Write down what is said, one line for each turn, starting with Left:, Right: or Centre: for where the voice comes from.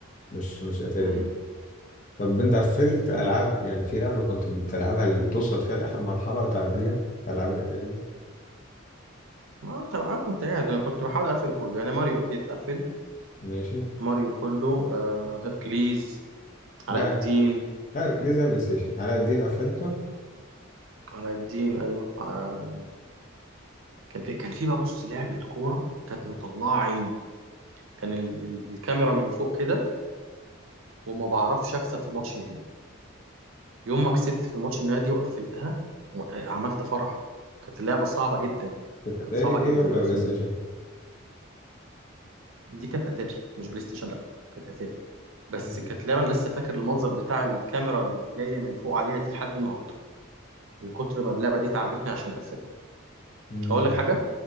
Left: مش مش اتاري
Right: امم
Left: طب انت قفلت
Right: ايوه
Left: العاب يعني في لعبه كنت بتلعبها اللي توصل فيها لاخر مرحله وتعديها العاب الاتاري
Right: ما انت انا كنت قاعد انا كنت بحاول اقفل كله يعني ماريو اكيد اتقفل
Left: ماشي
Right: ماريو كله آه هيركليز علاء
Left: لا
Right: الدين
Left: لا اركليز ده بلاي ستيشن علاء الدين قفلته
Right: علاء الدين ايوه آه كان في كان في بقى بص لعبة كورة كانت مطلعة عيني كان ال... ال... الكاميرا من فوق كده وما بعرفش أكسب في الماتش النهائي يوم ما كسبت في الماتش النهائي دي وقفلتها و... آه، عملت فرح كانت اللعبة صعبة جدا
Left: كانت اتاري
Right: كانت صعبة
Left: دي
Right: جدا
Left: ولا
Right: أقسم
Left: بلاي ستيشن
Right: بالله دي كانت أتاري مش بلاي ستيشن لأ كانت أتاري بس
Left: مم.
Right: كانت لعبة أنا لسه فاكر المنظر بتاع الكاميرا اللي جاية من فوق عليها دي لحد النهاردة من كتر ما اللعبة دي تعبتني عشان أقفلها
Left: مم.
Right: هقول لك حاجة